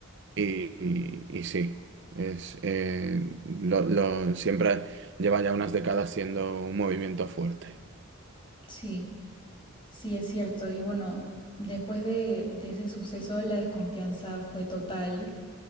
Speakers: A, on the right; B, on the left.
A: Y, y- y sí, es eh, lo, lo- siempre lleva ya unas décadas siendo un movimiento fuerte.
B: sí. Sí, es cierto. Y bueno, después de, de ese suceso, la desconfianza fue total.